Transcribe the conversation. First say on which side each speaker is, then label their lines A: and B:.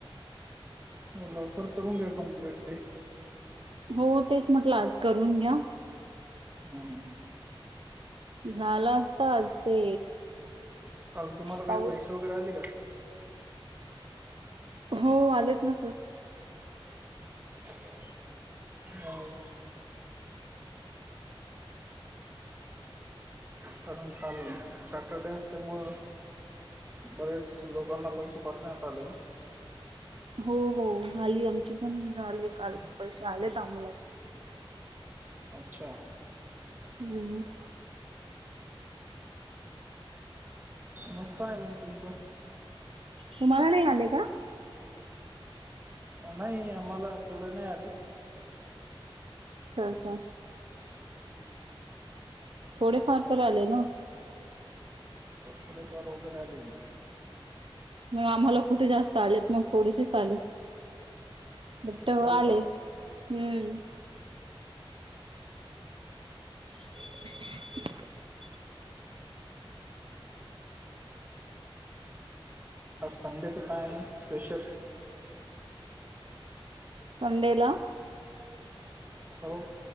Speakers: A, on the right; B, on the right.
A: हो लवकर करून घ्या कंप्लीट ते.
B: हो तेच म्हटलं आज करून घ्या.
A: हम्म.
B: झाला असत आज ते.
A: काल तुम्हाला काही
B: पाऊस
A: पैशे वगैरे आले का?
B: हो आलेत ना सर.
A: <inaudible> <inaudible> हो कारण काल सॅटरडे असल्यामुळं? बरेच लोकांना पैशे पाठवण्यात आले ना?
B: हो हो झाली. आमची पण झाले काल पैसे आलेत आम्हाला
A: अच्छा!
B: हम्म
A: मस्तय मग तुमचं?
B: तुम्हाला नाही आले का?
A: नाही आम्हाला तेवढे नाही आलेत
B: अच्छा! अच्छा
A: <inaudible> हं
B: थोडे फार तरी आले ना?
A: थोडे फार वगैरे आलेलेत
B: मग आम्हाला कुठें जास्त आलेत, मग थोडेशेच आलेत फक्त
A: हो
B: <unintelligible> आले
A: का
B: हम्म <inaudible>
A: आज संडेचं काय म स्पेशल?
B: संडेला?
A: हो